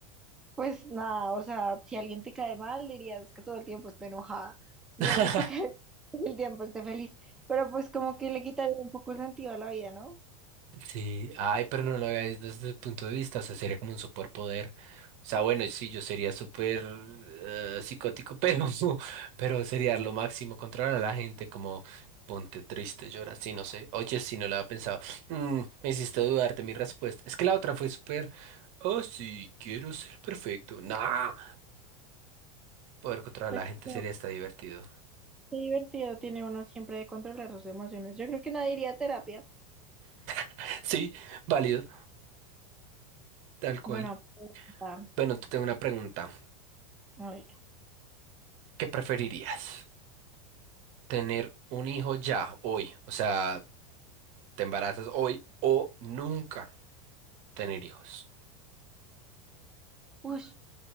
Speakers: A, in the centre; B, on the right.
A: Pues nada, o sea, si alguien te cae mal, dirías que todo el tiempo estoy enojada. Si
B: <laughs>
A: alguien te <laughs> cae bien, todo el tiempo esté feliz. Pero pues como que le quitaría un poco el sentido a la vida, ¿no?
B: Sí, ay, pero no lo hagáis desde el punto de vista, o sea, sería como un superpoder. O sea, bueno, sí, yo sería súper eh, psicótico, pero, <laughs> pero sería lo máximo controlar a la gente, como ponte triste, llora, sí, no sé. Oye, sí, no lo había pensado. Mm, me hiciste dudar de mi respuesta. Es que la otra fue súper, oh, sí, quiero ser perfecto. No, poder controlar
A: Pues
B: a la gente
A: sí, como
B: sería
A: que
B: hasta divertido.
A: qué divertido tiene uno siempre de controlar sus emociones. Yo creo que nadie iría a terapia.
B: <laughs> Sí, válido, tal cual.
A: Bueno, pues, ah,
B: Bueno, te tengo una pregunta.
A: a ver.
B: ¿Qué preferirías? Tener un hijo ya, hoy. O sea, te embarazas hoy o nunca tener hijos.
A: Ush,